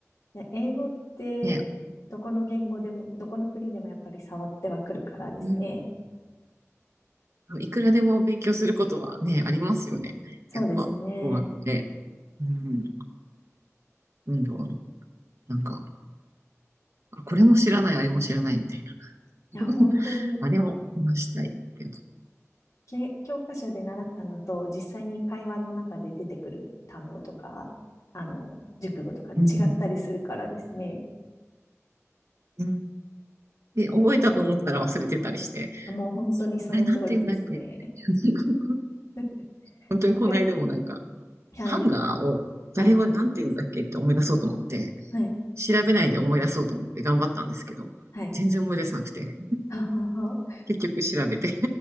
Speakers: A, on the left; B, on the right.
A: ね、英語ってどこの言語でも、
B: ね、
A: どこの国でもやっぱり触ってはくるからですね。
B: うん、いくらでも勉強することはね、ありますよね。
A: そうですね。
B: やっぱ、語学で、うん、どんどん、なんか、あこれも知らない、あれも知らないみたいな。
A: いや、
B: <laughs>
A: 本当に
B: あれも話したいってう
A: け教科書で習ったのと、実際に会話の中で出てくる単語とか、あの、熟語とか違ったりするからですね。
B: ん。うんで、覚えたと思ったら忘れてたりして、
A: もう本当にその通りですね。
B: あれなんて言うんだっけ <laughs>
A: <laughs>
B: 本当にこの間もなんか、
A: なかなか。はい。
B: ハンガーを誰がなんて言うんだっけって思い出そうと思って、
A: はい。はい。
B: 調べないで思い出そうと思って頑張ったんですけど、
A: はい。
B: 全然思い出せなくて、
A: ははは。
B: 結局調べて